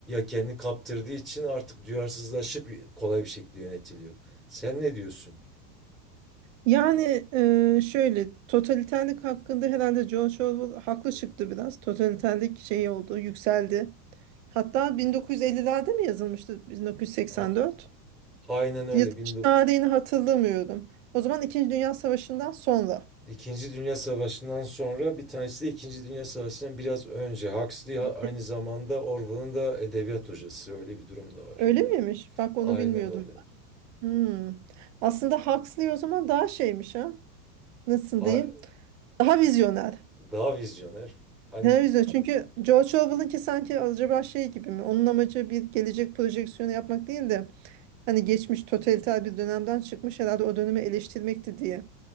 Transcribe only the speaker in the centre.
kendini kaptırdığı için artık duyarsızlaşıp kolay bir şekilde yönetiliyor. Sen ne diyorsun?
A- Aynen öyle.
19
İkinci Dünya Savaşı'ndan sonra bir tanesi de İkinci Dünya Savaşı'ndan biraz önce. Huxley ha- aynı
zamanda Orwell'ın da edebiyat hocası. Öyle bir durum da var.
Aynen
öyle.
A-
Daha vizyoner. Hani